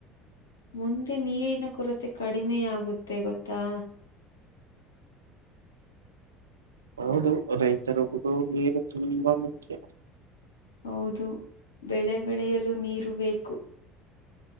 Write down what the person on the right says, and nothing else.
ಹೌದು ರೈತರುದು ನೀರು ತುಂಬಾ ಮುಖ್ಯ